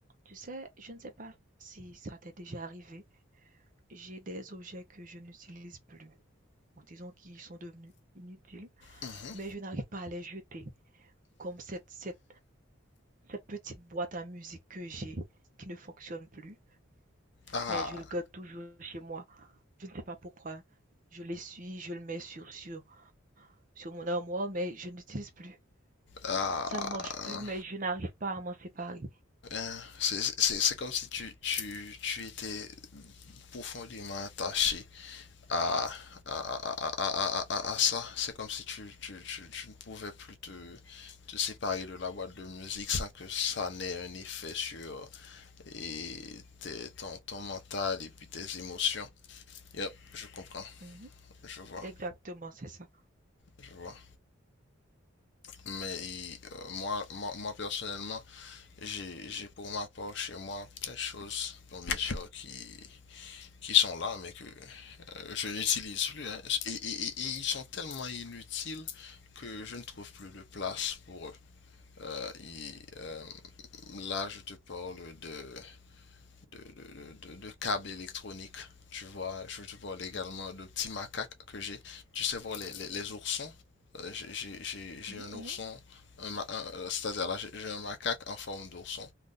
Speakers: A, on the right (about 40°); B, on the left (about 55°).
A: Tu sais, je ne sais pas si ça t'est déjà arrivé, j'ai des objets que je n'utilise plus, ou disons qui sont devenus inutiles,
B: Mhm.
A: mais je n'arrive pas à les jeter, comme cette, cette, cette petite boîte à musique que j'ai, qui ne fonctionne plus,
B: Ah,
A: mais je le garde toujours chez moi. Je ne sais pas pourquoi. Je l'essuie, je le mets sur, sur, sur mon armoire, mais je n'utilise plus.
B: ah,
A: Ça ne marche plus, mais je n'arrive pas à m'en séparer.
B: hein c'est c'est- c'est comme si tu, tu, tu étais profondément attaché à, à, à, à, à, à- à ça. C'est comme si tu, tu, tu, tu ne pouvais plus te, te séparer de la boîte de musique sans que ça n'ait un effet sur et tes- ton, ton mental et puis tes émotions. Yep, je comprends,
A: Mhm,
B: je vois,
A: exactement, c'est ça.
B: je vois. Mais euh, moi, moi, moi personnellement, J'ai j'ai pour ma part chez moi plein de choses, bon, bien sûr, qui, qui sont là, mais que euh, je n'utilise plus. hein. Et, et- et- et ils sont tellement inutiles que je ne trouve plus de place pour eux. Euh, et, euh, là, je te parle de, de, de, de- de câbles électroniques. Tu vois, je te parle également de petits macaques que j'ai. Tu sais, voir les, les, les oursons. Euh, j'ai j'ai- j'ai-
A: Mhm,
B: un ourson,
A: mhm.
B: un un- euh, c'est-à-dire là, j'ai un macaque en forme d'ourson